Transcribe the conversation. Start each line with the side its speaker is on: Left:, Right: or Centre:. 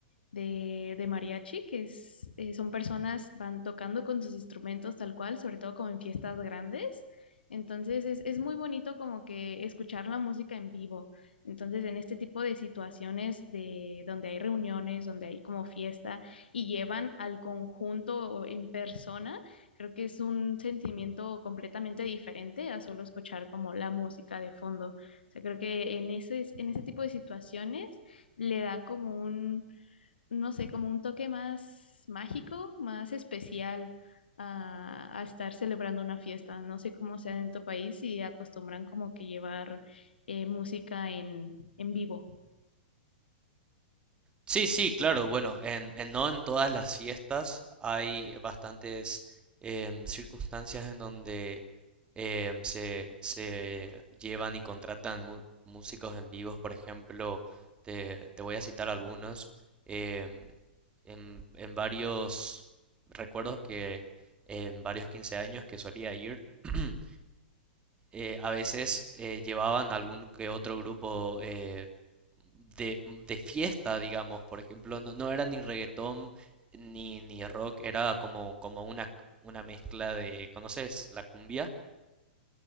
Left: de, de mariachi, que es, eh, son personas, van tocando con sus instrumentos tal cual, sobre todo como en fiestas grandes. Entonces es, es muy bonito como que escuchar la música en vivo. Entonces en este tipo de situaciones de donde hay reuniones, donde hay como fiesta y llevan al conjunto en persona, creo que es un sentimiento completamente diferente a solo escuchar como la música de fondo. O sea, creo que en ese, en ese tipo de situaciones le da como un, no sé, como un toque más mágico, más especial a, a estar celebrando una fiesta. No sé cómo sea en tu país y acostumbran como que llevar eh, música en, en vivo.
Right: Sí, sí, claro, bueno, en, en- no en todas las fiestas hay bastantes em, circunstancias en donde em, se, se llevan y contratan mu- músicos en vivos, por ejemplo, te, te voy a citar algunos, em, en, en varios recuerdos que en varios 15 años que solía ir. <clears throat> eh, a veces eh, llevaban algún que otro grupo eh, de, de fiesta, digamos, por ejemplo, no, no era ni reggaetón ni, ni rock, era como, como una, una mezcla de, ¿conoces la cumbia?